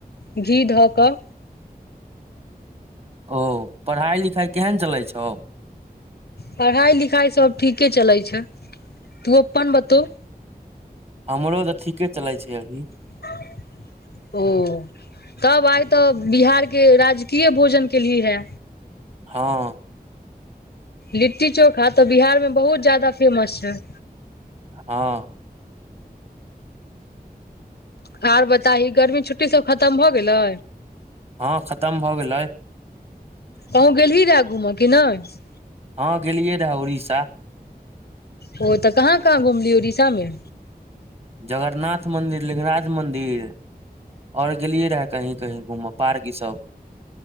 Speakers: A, on the left; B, on the right.
A: घी धऽ कऽ
B: ओ पढ़ाइ लिखाइ केहन चलै छौ
A: पढ़ाइ लिखाइ सब ठीके चलैत छै तू अपन बतो
B: हमरो तऽ ठीके चलै छै अभी
A: हँ <inaudible> ओ तब आइ तऽ बिहार के राजकीय भोजन केलहि है
B: हँ
A: लिट्टी चोखा तऽ बिहार मे बहुत ज्यदा फेमस छै
B: हँ
A: हर बताही गर्मी छुट्टी सब खतम भ गेलै
B: हँ खतम भऽ गेलै
A: कहूँ गेलही रहै घुमे कि नहि
B: हँ गेलियै रहऽ उड़ीसा
A: ओ तऽ कहाँ कहाँ घूमली उड़ीसा मे
B: जगरनाथ मन्दिर लिंगराज मन्दिर और गेलियै रहऽ कही कहीं घूम पार्क ई सब